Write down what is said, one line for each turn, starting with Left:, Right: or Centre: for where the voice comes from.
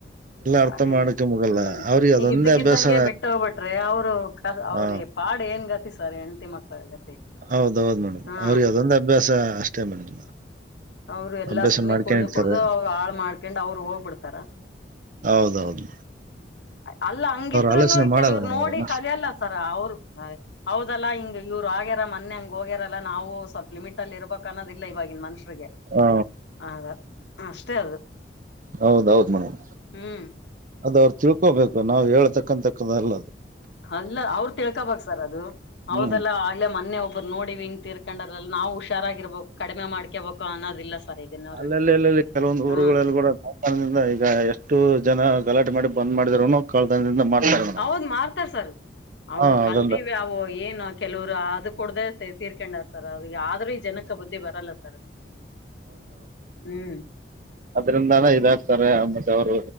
Right: ಅರ್ಥ
Left: ಹ ಹಂಗ
Right: ಮಾಡಕ ಮುಗಲ್ಲ
Left: ಹ್ಮ್
Right: ಅವ್ರಿಗೆ ಅದೊಂದೇ
Left: ಈಗ ಇದ್ದಕ್ಕಿದ್ದಂಗೆ
Right: ಅಭ್ಯಾಸ
Left: ಬಿಟ್ಟು ಹೋಗ್ಬಿಟ್ರಿ ಅವ್ರು ಅವ್ರ
Right: ಹಾ
Left: ಪಾಡ್ ಏನ್ ಗತಿ ಸರ್ ಹೆಂಡತಿ ಮಕ್ಕಳ ಗತಿ
Right: ಹೌದೌಹೌದ್ ಮೇಡಮ್
Left: ಹಾ
Right: ಅವ್ರಿಗೆ ಅದೊಂದ ಅಭ್ಯಾಸ ಅಷ್ಟೇ ಮೇಡಮ್
Left: ಅವರು ಎಲ್ಲ
Right: ಅಭ್ಯಾಸ
Left: ಸುಮ್ನೆ
Right: ಮಾಡ್ಕೊಂಡಿರ್ತಾರೆ
Left: ಕುಡ್ದು ಕುಡ್ದು ಅವ್ರು ಹಾಳು ಮಾಡ್ಕೊಂಡ್ ಅವ್ರು ಹೋಗ್ಬಿಡ್ತಾರ.
Right: ಹೌದೌಹೌದು
Left: ಅಲ್ಲ ಹಂಗಿದ್ರುನು
Right: ಆಲೋಚನೆ ಮಾಡಲ್ಲ
Left: ಕೆಲವರು
Right: ಮೇಡಮ್
Left: ನೋಡಿ
Right: ಅದನ್ನ
Left: ಕಲಿಯಲ್ಲ ಸರ್ ಅವರು ಹೌದಲ್ಲಾ ಹಿಂಗ ಇವ್ ಹೋಗ್ಯಾರ ಮೊನ್ನೇ ಹಂಗ ಹೋಗ್ಯಾರಲ್ಲ ನಾವು ಸ್ವಲ್ಪ್ ಲಿಮಿಟ್ ಅಲ್ಲಿ ಇರ್ಬೇಕ ಅನ್ನದಿಲ ಇವಾಗಿನ ಮನುಷರಿಗೆ
Right: ಹ
Left: ಹದ ಅಷ್ಟೇ ಅದು
Right: ಹೌದೌದು ಮೇಡಮ್.
Left: ಹ್ಮ್.
Right: ಅದು ಅವ್ರು ತಿಳ್ಕೊಬೇಕು ನಾವ್ ಹೇಳ್ತಕ್ಕಂತಕ್ಕ ಅಲ್ಲದು.
Left: ಅಲ್ಲ ಅವ್ರು ತಿಳ್ಕೊಬಕ್ ಸರ್ ಅದು ಅವೌದೆಲ್ಲ
Right: ಹ್ಮ್
Left: ಆಗ್ಲೆ ಮೊನ್ನೆ ಒಬ್ಬ್ ನೋಡಿವಿ ಹಿಂಗ್ ತೀರ್ಕೊಂಡರ್ಲ್ಲ ನಾವು ಹುಷಾರಾಗಿರ್ಬೇಕು ಕಡಿಮೆ ಮಾಡ್ಕೇಬೇಕು ಅನ್ನೋದಿಲ್ಲ. ಸರ್ ಈಗಿನವ್ರು
Right: ಅಲ್ಲಲ್ಲಿ ಅಲ್ಲೆಲ್ಲಿ ಕೆಲವೊಂದು ಊರುಗಳಲ್ಲಿ
Left: ಹ್ಮ್
Right: ಕೂಡ ಆ ಕಾಲ್ದಿಂದ ಈಗ ಎಷ್ಟು ಜನ ಗಲಾಟೆ ಮಾಡಿ ಬಂದ್ ಮಾಡಿದ್ರು ಕಾಲ್ಧನ್ದಿಂದ ಮಾಡ್ತಾರೆ. ಮೇಡಮ್
Left: ಹೌದ್ ಮಾಡ್ತಾರ ಸರ್ ಅವು
Right: ಹಾ
Left: ಕಲ್ತೀವಿ
Right: ಅದೊಂದು
Left: ಅವು ಏನು ಕೆಲವರು ಅದು ಕುಡ್ದೆ ತೀರ್ಕೊಂಡರ್. ಸರ್ ಅದು ಯಾವ್ದ್ರೂ ಈ ಜನಕ ಬುದ್ಧಿ ಬರಲ್ಲ ಸರ್ ಹ್ಮ್.
Right: ಅದ್ರಿಂದಾನ ಇದಾಗಕ್ತಾರೆ ಮತ್ತೆ ಅವ್ರು.